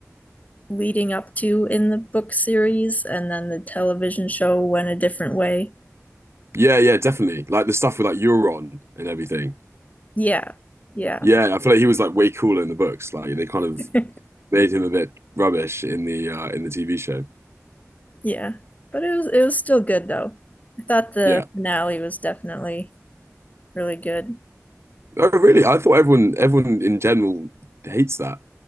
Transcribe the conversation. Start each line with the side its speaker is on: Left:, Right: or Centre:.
Left: leading up to in the book series and then the television show went a different way.
Right: Yeah, yeah, definitely. Like the stuff with like Euron and everything.
Left: Yeah. Yeah.
Right: Yeah, I feel like he was like way cooler in the books. Like they kind of
Left: <laughs>
Right: made him a bit rubbish in the uh in the TV show.
Left: yeah. But it was it was still good though. I thought the
Right: Yeah.
Left: finale was definitely really good.
Right: Oh, really? I thought everyone everyone in general hates that.